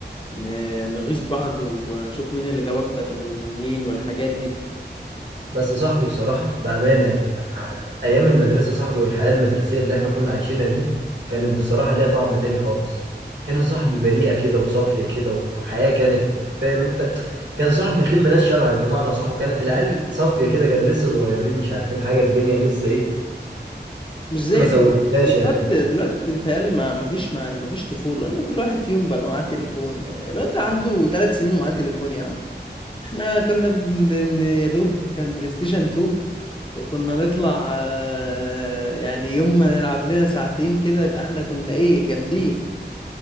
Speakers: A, on the left (about 30°); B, on the right (about 80°).
A: ن- نغيظ بعض ونشوف مين اللي جاب اكتر من مين والحاجات دي
B: بس صاحبي بصراحة بأمانة يعني ع- أيام المدرسة صاحبي والحياة المدرسية اللي احنا كنا عايشينها دي كانت بصراحة ليها طعم تاني خالص كان صاحبي بريئة كده وصافية كده وحياة كانت فاهم انت كان صاحبي بتلم ناس شبهك بمعنى صح وكانت العيال صافية كده كان لسه صغيرين مش عارفين حاجة الدنيا لسه ايه
A: مش زي
B: ما سودتناش
A: دلوقتي دلوقتي
B: يعني
A: دلوقتي بتهيألي ما ما فيش يعني ما فيش طفولة لأن كل واحد فيهم بقى معاه تليفون الواد ده عنده ثلاث سنين ومعاه تليفون يا عم احنا كنا بن... يا دوب كان بلاي ستيشن 2 وكنا نطلع آه، يعني يوم ما نلعب لنا ساعتين كده يبقى احنا كنا ايه جامدين